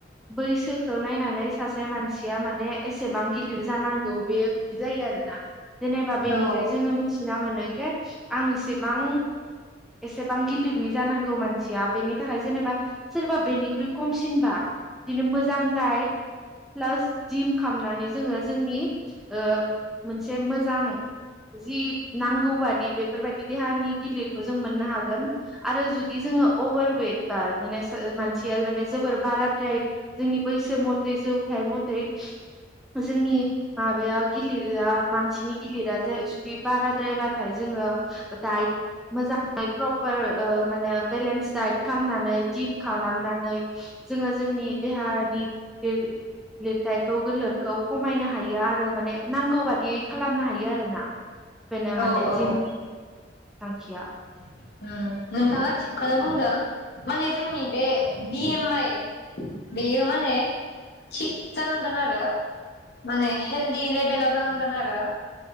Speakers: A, in the centre; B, on the left.
A: बैसोखौ नायनानै सासे मानसि या माने एसेबां गिलिर जानांगौ बेयो बिदि जायो आरो ना। जेनेबा बेनिफ्राय
B: औ
A: जोङो मिथिना मोनो के आं एसेबां एसेबां गिलिरनि जानांगौ मानसिया बेनि थाखाय जेनेबा सोरबा बेनिख्रुइ खमसिनबा बिदिनो मोजां डाइट प्लास जिम खालामनानै जोङो जोंनि ओ, मोनसे मोजां जि नांगौ बादि बेफोरबायदि देहानि गिलिरखौ जों मोननो हागोन। आरो जुदि जोङो अभार वेट बा ओ मानसिया माने जोबोर बारा द्राय ओमफ्राय जोंनि बैसो मथै जौथाइ <unintelligible> जोंनि माबाया गिलिरा मानसिनि गिलिरा जुदि बाराद्रायबाथाय जोङो दाइट मोजाङै प्रपार ओ माने बेलेन्स डाइट खालामनानै जिम खालामनानै जोङो जोंनि देहानि लिर-लिरथायखौ गोलोरखौ खमायनो हायो आरो माने नांगौ बादियै खालामनो हायो आरोना। बेनो
B: औ
A: माने
B: औ
A: जिम नि थांखिया
B: उम, नोंथाङा थिगखौनो बुंदों माने जोंनि बे बि एम आइ बेयो माने थिग जानांगोन आरो माने हेलदि लेभेलाव जानांगोन आरो।